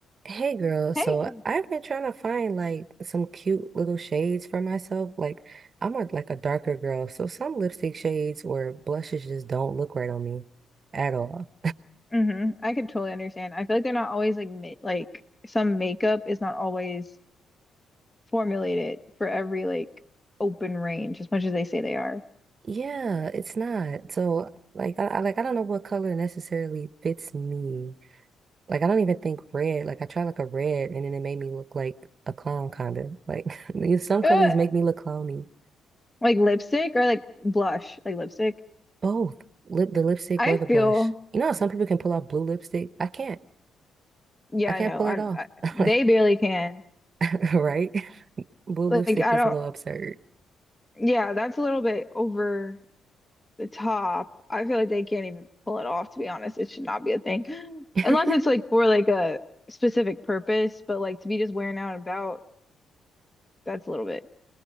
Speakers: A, on the right; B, on the left.
A: Hey girl, so
B: Hey,
A: I've been trying to find like some cute little shades for myself. Like I'm a like a darker girl, so some lipstick shades or blushes just don't look right on me at all.
B: hmm I could totally understand. I feel like they're not always like ma like some makeup is not always formulated for every like open range as much as they say they are.
A: Yeah, it's not. So like I, I like I don't know what color necessarily fits me. Like I don't even think red. Like I tried like a red and then it made me look like a clown kind of. Like <laughs> some
B: Ugh!
A: colors make me look clowny.
B: Like lipstick or like blush, like lipstick.
A: Both lip the lipstick
B: I
A: or the blush.
B: feel
A: You know how some people can pull off blue lipstick? I can't.
B: yeah,
A: I can't
B: I know.
A: pull
B: I,
A: it off.
B: I
A: <laughs>
B: they
A: Like,
B: barely can.
A: <laughs> right? Blue
B: Like
A: lipstick
B: I
A: is
B: don't.
A: a little absurd.
B: Yeah, that's a little bit over the top. I feel like they can't even pull it off. To be honest, it should not be a thing,
A: <laughs>
B: <gasps> unless it's like for like a specific purpose. But like to be just wearing out and about. that's a little bit